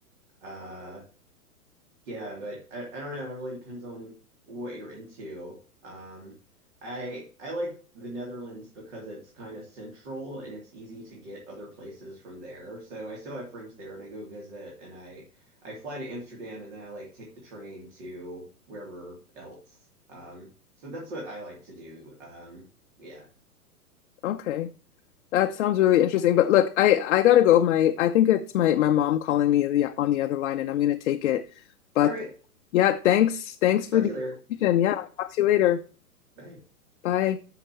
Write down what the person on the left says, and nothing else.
Okay. That sounds really interesting. But look, I I gotta go. My I think it's my my mom calling me the, on the other line, and I'm gonna take it. But
yeah, thanks thanks for
the
information. Yeah, talk to you later.
Bye.